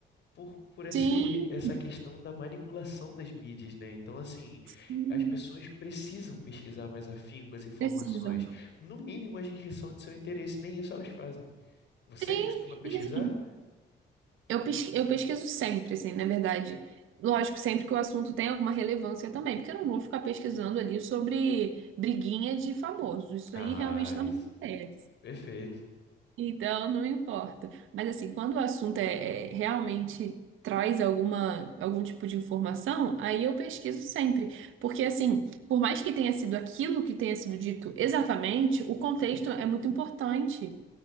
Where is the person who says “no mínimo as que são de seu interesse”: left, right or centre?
Left